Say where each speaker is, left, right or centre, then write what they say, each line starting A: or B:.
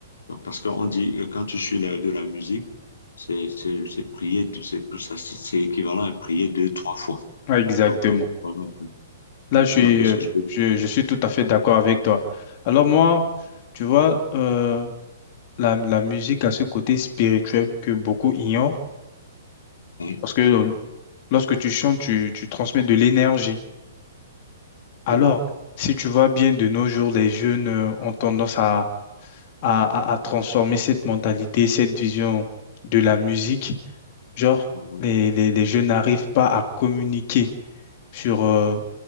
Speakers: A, on the left; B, on the left.
A: Donc, parce qu'on dit que quand tu suis la- de la musique, c'est, c'est, c'est prier, c'est, plus- ça, c'est c'est équivalent à prier deux, trois fois.
B: Exactement.
A: Donc, euh, voilà, un peu-
B: Là,
A: euh,
B: je suis,
A: voilà un peu ce
B: euh,
A: que je peux dire.
B: je, je suis tout à fait d'accord avec toi. Alors moi, tu vois, euh, la, la musique a ce côté spirituel que beaucoup ignorent,
A: Hein?
B: parce que euh, Lorsque tu chantes, tu, tu transmets de l'énergie. Alors,
A: Ouais.
B: si tu vois bien de nos jours, les jeunes euh, ont tendance à, à, à- à transformer cette mentalité, cette vision de la musique. Genre,
A: Mhm.
B: les, les, les jeunes n'arrivent pas à communiquer sur, euh,